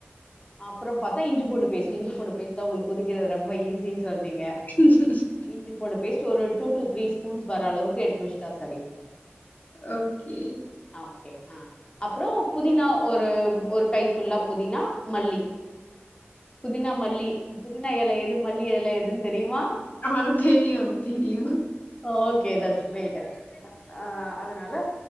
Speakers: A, on the left (about 25°); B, on the left (about 45°).
A: அப்றோ பாத்தா இஞ்சிபூண்டு பேஸ்ட்டு இஞ்சிபூண்டு பேஸ்ட்டுதா உங்களுக்கு உரிக்கறது ரொம்ப ஈஸின்னு சொல்ட்டீங்க
B: <inaudible>
A: இஞ்சி பூண்டு பேஸ்ட் ஒரு டூ டூ த்ரீ ஸ்பூன்ஸ் வர அளவுக்கு எடுத்து வெச்சுட்டா சரி
B: ஓகே
A: அ அ அப்றோ புதினா ஒரு ஒரு கை ஃபுல்லா புதினா மல்லி புதினா மல்லி புதினா எலை எது மல்லி எலை எதுன்னு தெரியுமா
B: அ தெரியு தெரியு
A: ஓகே தட்ஸ் கிரேட் அ அதனால